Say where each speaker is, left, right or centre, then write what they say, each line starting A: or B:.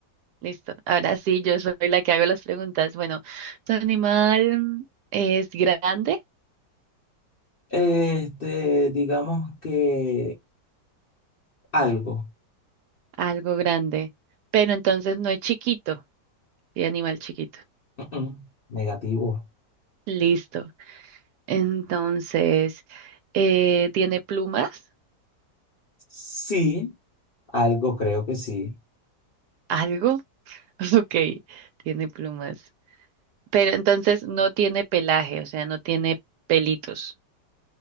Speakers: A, on the right; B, on the left.
A: Listo. Ahora sí, yo soy la que hago las preguntas. Bueno, ¿tu animal es grande?
B: Este, digamos que algo.
A: Algo grande. Pero entonces no es chiquito. Sí, animal chiquito.
B: Mm, mm. Negativo.
A: Listo. Entonces, eh, ¿tiene plumas?
B: Sí, algo creo que sí.
A: ¿Algo? <laughs> Ok, tiene plumas. Pero entonces no tiene pelaje, o sea, no tiene pelitos.